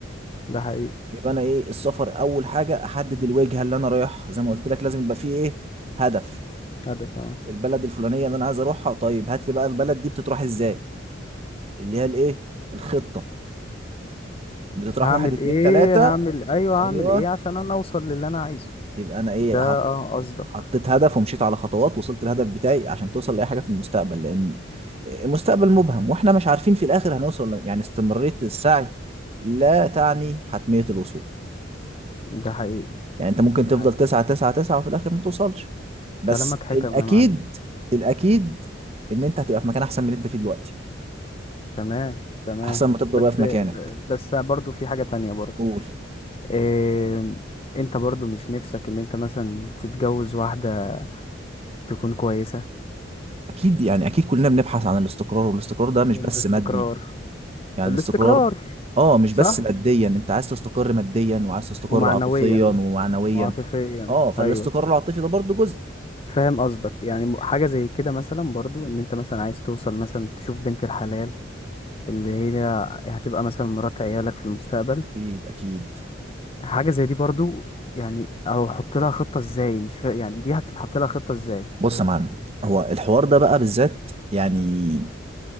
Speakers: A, on the left; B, on the right.
A: ده حقيقي
B: يبقى انا ايه السفر اول حاجه احدد الوجهه اللي انا رايح زي ما قلت لك لازم يبقى فيه ايه هدف
A: هدف اه
B: البلد الفلانيه اللي انا عايز اروحها طيب هات لي بقى البلد دي بتتراح ازاي اللي هي الايه الخطه بتتراح
A: هعمل
B: واحد اتنين
A: ايه
B: تلاته
A: هعمل ايوه
B: ايوه
A: هعمل ايه عشان انا اوصل للي انا عايزه
B: يبقى انا ايه
A: ده اه
B: هط-
A: قصدك
B: حطيت هدف ومشيت على خطوات وصلت الهدف بتاعي عشان توصل لاي حاجه في المستقبل لان المستقبل مبهم واحنا مش عارفين في الاخر هنوصل ولا- يعني استمراريه السعي لا تعني حتميه الوصول
A: ده حقيقي
B: يعني انت ممكن
A: ده
B: تفضل
A: حقيقي
B: تسعة تسعة تسعة وفي الاخر ما توصلش بس
A: كلامك حكم
B: الاكيد
A: يا معلم
B: الاكيد ان انت هتبقى في مكان احسن من اللي انت فيه دلوقتي
A: تمام تمام
B: احسن ما تفضل
A: بس
B: واقف مكانك
A: بس برضو في حاجة تانية برضو
B: قول
A: إيه انت برضو مش نفسك ان انت مثلا تتجوز واحدة تكون كويسة
B: اكيد يعني اكيد كلنا بنبحث عن الاستقرار والاستقرار ده مش
A: الاستقرار
B: بس مادي يعني
A: الاستقرار
B: الاستقرار اه مش
A: صح
B: بس ماديا انت عايز تستقر ماديا وعايز تستقر
A: ومعنويا
B: عاطفيا ومعنويا
A: وعاطفيا
B: اه فالاستقرار
A: ايوه
B: العاطفي ده برضو جزء
A: فاهم قصدك يعني م- حاجه زي كده مثلا برضو ان انت مثلا عايز توصل مثلا تشوف بنت الحلال اللي هي هتبقى مثلا مرات عيالك في المستقبل
B: اكيد اكيد
A: حاجه زي دي برضو يعني او حط لها خطه ازاي مش فا... يعني دي هتتحط لها خطه ازاي
B: بص يا معلم هو الحوار ده بقى بالذات يعني